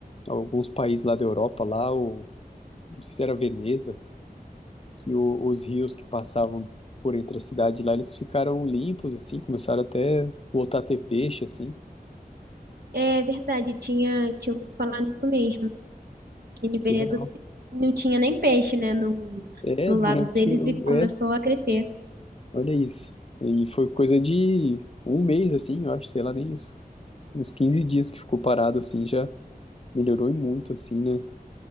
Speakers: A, on the left; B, on the right.
A: alguns países lá da Europa, lá, o, não sei se era Veneza que o- os rios que passavam por entre a cidade lá, eles ficaram limpos, assim, começaram até voltar a ter peixe, assim.
B: É verdade, eu tinha, tinha ouvido falar nisso mesmo, que em
A: Surreal.
B: Veneza não tinha nem peixe, né, no,
A: É,
B: no
A: durante
B: lago deles
A: o...
B: e começou
A: É,
B: a crescer.
A: olha isso. E foi coisa de um mês, assim, eu acho, sei lá, nem isso. Uns 15 dias que ficou parado, assim, já melhorou e muito, assim, né?